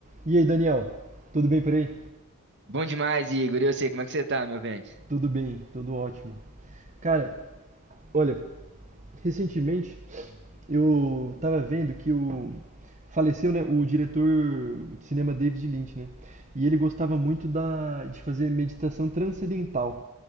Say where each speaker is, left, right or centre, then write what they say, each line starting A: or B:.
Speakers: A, on the right; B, on the right.
A: E aí, Daniel? Tudo bem por aí?
B: Bom demais, Igor. E eu sei como é que você tá, meu bem?
A: Tudo bem, tudo ótimo. Cara, olha, recentemente eu tava vendo que o faleceu, né, o diretor de cinema David Lynch, né? E ele gostava muito da de fazer meditação transcendental.